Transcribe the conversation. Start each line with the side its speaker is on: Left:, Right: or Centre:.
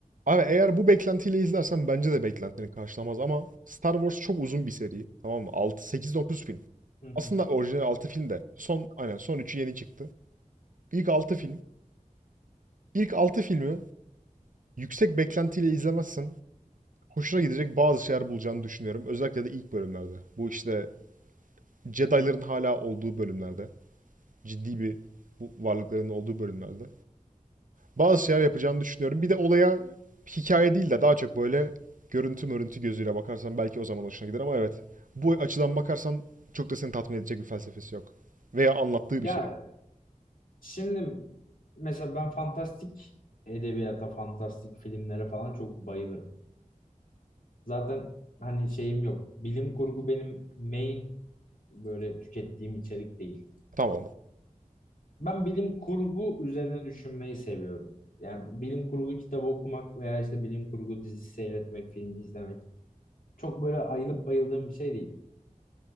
Right: Abi eğer bu beklentiyle izlersen bence de beklentini karşılamaz ama Star Wars çok uzun bir seri. Tamam mı? 6, 8, 9 film.
Left: Hı
Right: Aslında
Left: hı.
Right: orijinal 6 film de son aynen son üçü yeni çıktı. İlk 6 film. İlk 6 filmi yüksek beklentiyle izlemezsen hoşuna gidecek bazı şeyler bulacağını düşünüyorum. Özellikle de ilk bölümlerde. Bu işte Jedi'ların hala olduğu bölümlerde. Ciddi bir bu varlıkların olduğu bölümlerde. Bazı şeyler yapacağını düşünüyorum. Bir de olaya hikaye değil de daha çok böyle görüntü mörüntü gözüyle bakarsan belki o zaman hoşuna gider ama evet. Bu açıdan bakarsan çok da seni tatmin edecek bir felsefesi yok. Veya anlattığı
Left: Ya
Right: bir şey yok.
Left: şimdi mesela ben fantastik edebiyata, fantastik filmlere falan çok bayılırım. Zaten hani şeyim yok. Bilim kurgu benim main böyle tükettiğim içerik değil.
Right: Tamam.
Left: Ben bilim kurgu üzerine düşünmeyi seviyorum. Yani bilim kurgu kitabı okumak veya işte bilim kurgu dizisi seyretmek, filmi izlemek çok böyle ayılıp bayıldığım bir şey değil.